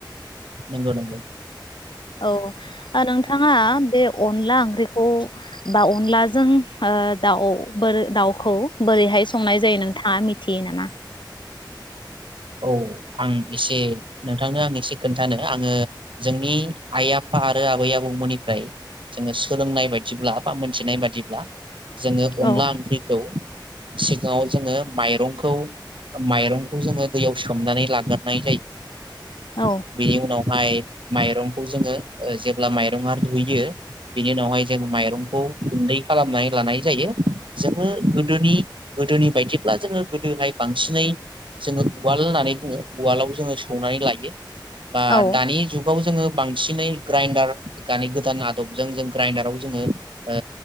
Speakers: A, on the right; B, on the left.
A: नंगौ नंगौ
B: औ ओ नोंथाङा बे अनला ओंख्रिखौ बा अनलाजों ओ दाउ बोर दाउखौ बोरैहाय संनाय जायो नोंथाङा मिथियो नामा
A: औ आं एसे नोंथांनो आं एसे खोन्थानो आङो जोंनि आइ आफा आरो आबै आबौमोननिफ्राय जोङो सोलोंनाय बायदिब्ला बा मोनथिनाय बायदिब्ला जोङो अनला
B: औ
A: ओंख्रिखौ सिगाङाव जोङो माइरंखौ माइरंखौ जोङो दैयाव सोमनानै लाग्रोननाय जायो
B: औ
A: बेनि उनाव माय माइरंखौ जोङो जेब्ला माइरंआ रुयो बिनि उनावहाय जों माइरंखौ गुन्दै खालामनानै लानाय जायो जोङो गोदोनि गोदोनि बायदिब्ला जोङो गोदोहाय बांसिनै जोङो उवाल होननानै बुङो उवालाव जोङो सौनानै लायो बा
B: औ
A: दानि जुगाव जोङो बांसिनै ग्राइडार दानि गोदान आदबजों जों ग्राइडाराव जोङो ओ